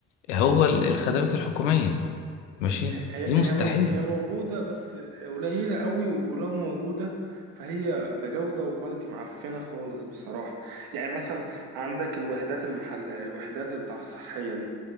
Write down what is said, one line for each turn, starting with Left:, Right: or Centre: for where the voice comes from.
Left: هو ال- الخدمات الحكومية ماشي
Right: هي هي
Left: دي مستحيل
Right: هي مو- هي موجودة بس قليلة قوي ولو موجودة فهي بجودة وكواليتي معفنة خالص بصراحة يعني مثلا عندك الوحدات المحل الوحدات بتاع الصحية دي